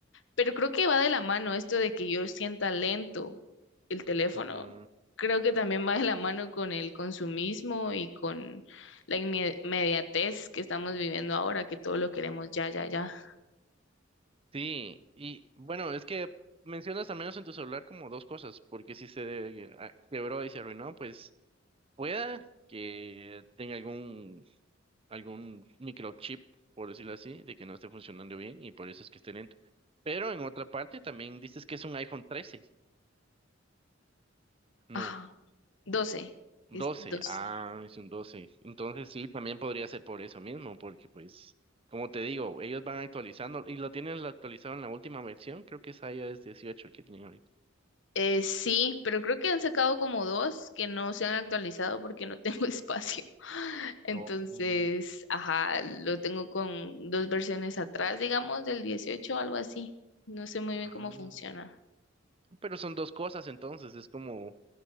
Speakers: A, on the left; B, on the right.
A: pero creo que va de la mano esto de que yo sienta lento el teléfono,
B: ujú.
A: creo que también va de la mano con el consumismo y con la inme- inmediatez que estamos viviendo ahora, que todo lo queremos ya, ya, ya.
B: Sí, y bueno, es que mencionas al menos en tu celular como dos cosas, porque si se eh, a- quebró y se arruinó, pues Pueda que tenga algún, algún microchip, por decirlo así, de que no esté funcionando bien y por eso es que esté lento. Pero en otra parte también dices que es un iPhone 13. No,
A: Ajá, doce
B: 12.
A: es 12.
B: Ah, es un 12. Entonces sí, también podría ser por eso mismo, porque pues, como te digo, ellos van actualizando y lo tienen actualizado en la última versión. Creo que es iOS 18 el que tienen ahorita.
A: Eh, sí, pero creo que han sacado como dos que no se han actualizado porque no tengo <laughs> espacio. Entonces,
B: No. Mm,
A: ajá, lo tengo con dos versiones atrás, digamos, del 18 o algo así. No sé muy bien
B: mm.
A: cómo funciona.
B: Pero son dos cosas entonces, es como